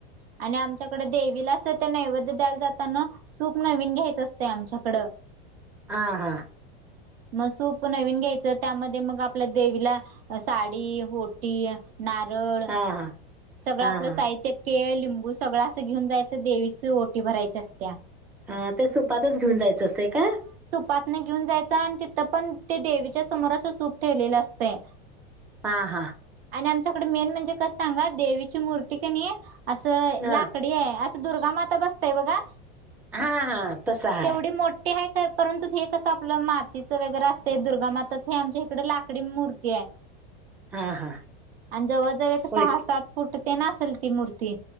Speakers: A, on the right; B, in the centre.
A: आणि आमच्याकडें देवीला असं ते नैवेद्य द्यायला जाताना सूप नवीन घ्यायचं असत आमच्याकडं.
B: हा हा
A: मग सूप नवीन घ्यायचं त्यामध्ये मग आपल्या देवीला साडी ओटी नारळ
B: हां, हां.
A: सगळं
B: हां,
A: आपलं
B: हां.
A: साहित्य केळ लिंबू सगळं असं घेऊन जायचं देवीच ओटी भरायच्या असत्या.
B: हा ते सुपातच घेऊन जायचं असतं का
A: पातन घेऊन जायच आणि तिथं पण ते देवीच्या समोराचं सूप ठेवलेलं असते
B: हा हा
A: आणि आमच्याकडे मेन म्हणजे कस सांगा देवीची मूर्ती क नाही असं
B: हं.
A: लाकडी आहे दुर्गा माता बसतेय बघा
B: हा हा तस हा
A: तेवढी मोठी आहे परंतु ते कसं आपलं मातीचं वगैरे असत दुर्गामाताच हे आमच्या इकडे लाकडी मूर्ती आहे
B: हां, हां.
A: आणि जवळजवळ एक सहा
B: होय की.
A: सात फुट ते नासेल ती मूर्ती